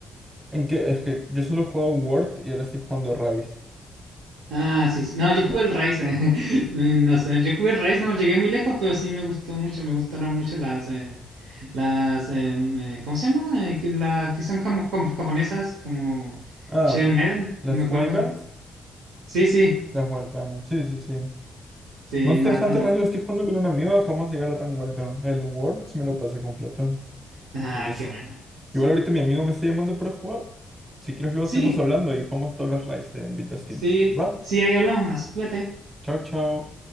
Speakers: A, on the right; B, on the right.
A: ¿En qué? Es que yo solo he jugado Word y ahora estoy jugando Rise.
B: Ah, sí, sí. No, yo jugué el Rise. <laughs> eh, No sé, yo jugué el Rise, no llegué muy lejos, pero sí me gustó mucho. Me gustaron mucho las. eh, las em, eh, ¿cómo se llama? Eh, que, las que son jamo- jam- japonesas, como
A: Ah,
B: Che Maiden,
A: las
B: no me acuerdo.
A: Wyverns,
B: Sí, sí,
A: las Wyverns. Sí, sí, sí.
B: sí,
A: Monster
B: nada,
A: Hunter
B: tan lindo.
A: Rise lo estoy jugando con un amigo, acabamos de llegar a rango alto. El Word sí me lo pasé completo.
B: Ah,
A: Entonces,
B: qué bueno. Sí,
A: igual ahorita mi amigo me está llamando para jugar. Si quieres luego
B: sí,
A: seguimos hablando y jugamos tal vez Rise, te invito a Steam.
B: sí,
A: Va,
B: sí, ahí hablamos más. Cuídate.
A: chao, chao.